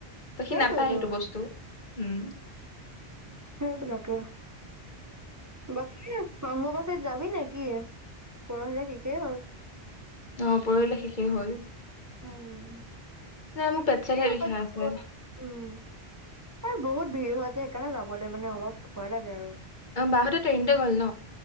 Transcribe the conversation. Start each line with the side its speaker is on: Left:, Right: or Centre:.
Left: ত
Right: সেইটোয়েতো
Left: সি নাপায় সেইটো বস্তু উম।
Right: সেইবিলাকেই। বাকী <unintelligible> যাবি নেকি পৰখিলে শেষেই হল।
Left: অ পঢ়িলে শেষেই হল।
Right: উম
Left: নাই মোৰ পেট
Right: <unintelligible>
Left: চেটহে বিষাই আছে
Right: উম এই বহুত। ভিৰ হয়তে সেইকাৰণে যাবলে মানে অলপ ভয় লাগে আৰু।
Left: অ বাহঁতে ট্ৰেইনতে গ'ল ন